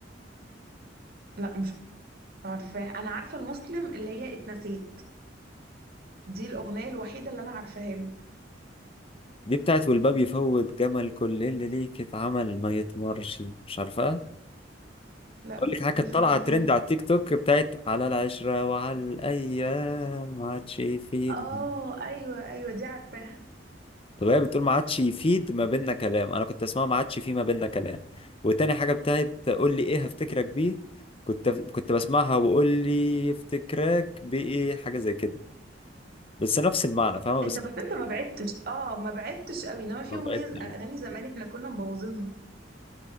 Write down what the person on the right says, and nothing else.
لا مش عارفاها انا عارفه المسلم اللي هي اتنسيت دي الاغنيه الوحيده اللي انا عارفاها له
لا
مش
عارفاها
اه ايوه ايوه دي عارفاها
انت بس انت ما بعدتش اه ما بعدتش قوي انما في
اغنيه
اغاني زمان احنا كنا مبوظينها